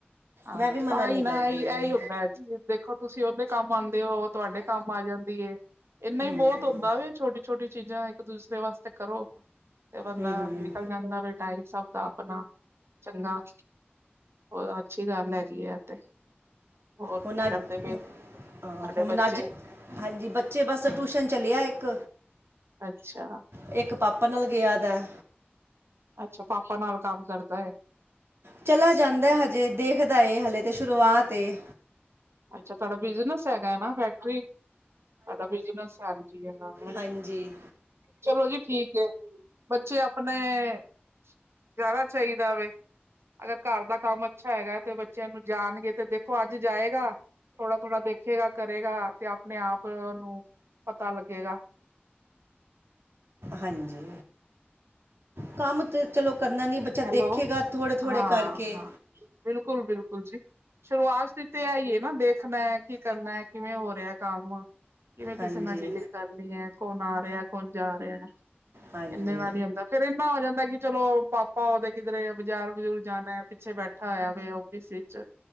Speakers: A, on the right; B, on the right.
A: ਹਾਂ-ਹਾਂ
B: ਮੈਂ ਵੀ ਮਨਾ
A: ਤਾਂ
B: ਨਹੀਂ
A: ਹੀ
B: ਕਰਦੀ
A: ਨਾ ਇਹੀ
B: ਹਾਂ
A: ਇਹੀ ਹੁੰਦਾ ਏ ਜੀ ਦੇ- ਖੋ ਤੁਸੀਂ ਉਹਦੇ ਕੰਮ ਆਉਂਦੇ ਹੋ, ਓ ਤੁਹਾਡੇ ਕੰਮ ਆ ਜਾਂਦੀ ਏ, ਇੰਨਾ ਹੀ
B: ਹੂੰ
A: ਬੋਤ ਹੁੰਦਾ ਵੀ ਛੋਟੀ- ਛੋਟੀ ਚੀਜ਼ਾਂ ਇੱਕ ਦੂਸਰੇ ਵਾਸਤੇ ਕਰੋ, ਤੇ ਬੰਦਾ
B: ਹੂੰ
A: ਨਿਕਲ ਜਾਂਦਾ। ਹੈ ਵੀ ਟਾਈਮ ਸਭ ਦਾ ਆਪਣਾ, ਚੰਗਾ। ਉਹ ਅੱਛੀ ਗੱਲ ਹੈਗੀ ਹੈ, ਏ ਤੇ। ਹੋਰ
B: ਹੁਣ
A: ਕੀ
B: ਅੱਜ
A: ਕਰਦੇ ਪਏ ਸੀ, ਤੁਹਾਡੇ
B: ਅਹ ਹੁਣ
A: ਬੱਚੇ?
B: ਅੱਜ ਹਾਂਜੀ ਬੱਚੇ ਬਸ ਆ ਟਿਊਸ਼ਨ ਚੱਲਿਆ ਇੱਕ।
A: ਅੱਛਾ।
B: ਇੱਕ ਪਾਪਾ ਨਾਲ ਗਿਆ ਦਾ ਏ।
A: ਅੱਛਾ ਪਾਪਾ ਨਾਲ ਕੰਮ ਕਰਦਾ ਹੈ।
B: ਚਲਾ ਜਾਂਦਾ ਏ ਹਜੇ, ਦੇਖਦਾ ਏ ਹਲੇੇ ਤਾਂ ਸ਼ੁਰੂਆਤ ਏ।
A: ਅੱਛਾ ਤੁਹਾੜਾ ਬਿਜਨਸ ਹੈਗਾ ਹੈ ਨਾ ਫੈਕਟਰੀ। ਸਾਡਾ ਬਿਜਨਸ ਹਾਂਜੀ, ਹੈਗਾ।
B: ਹਾਂਜੀ
A: ਚਲੋ ਜੀ ਠੀਕ ਹੈ, ਬੱਚੇ ਆਪਣੇ- ਜਾਣਾ ਚਾਹੀਦਾ ਵੇ, ਅਗਰ ਘਰ ਦਾ ਕੰਮ ਅੱਛਾ ਹੈਗਾ ਤੇ ਬੱਚਿਆਂ ਨੂੰ ਜਾਣਗੇ ਤੇ ਦੇਖੋ ਅੱਜ- ਜਾਏਗਾ ਥੋੜਾ- ਥੋੜਾ ਦੇਖੇਗਾ ਕਰੇਗਾ ਤੇ ਆਪਣੇ ਆਪ ਓਨੂੰ। ਪਤਾ ਲੱਗੇਗਾ।
B: ਹਾਂਜੀ, ਕੰਮ ਤੇ ਚਲੋ ਕਰਨਾ ਨੀ ਬ- ਚਾ ਦੇਖੇਗਾ
A: ਹੈਲੋ
B: ਥੋੜੇ- ਥੋੜੇ
A: ਹਾਂ
B: ਕਰਕੇ।
A: ਹਾਂ ਬਿਲਕੁਲ- ਬਿਲਕੁਲ ਜੀ। ਸ਼ੁਰੂਆਤ ਤੇ ਤੇ ਆਈ ਏ ਨਾ ਦੇਖਣਾ ਏ, ਕੀ ਕਰਨਾ, ਕਿਵੇਂ ਹੋ ਰਿਹਾ ਕੰਮ। ਕਿਵੇਂ ਕਿਸੇ
B: ਹਾਂਜੀ
A: ਨਾਲ ਡੀਲਿੰਗ ਕਰਨੀ ਹੈ ਕੌਣ ਆ ਰਿਹਾ, ਕੌਣ ਜਾ ਰਿਹਾ ਹੈ।
B: ਹਾਂਜੀ
A: ਇੰਨੇ ਨਾਲ ਹੀ ਹੁੰਦਾ ਫੇਰ ਇੰਨਾ ਹੋ ਜਾਂਦਾ ਕਿ ਚਲੋ ਪਾ- ਪਾ ਓਦੇ ਕਿਧਰੇ ਬਾਜ਼ਾਰ ਬਜੂਰ ਜਾਦਾ ਹੈ ਪਿੱਛੇ ਬੈਠਾ ਹੋਇਆ ਵੇ ਓਫਿਸ ਵਿੱਚ।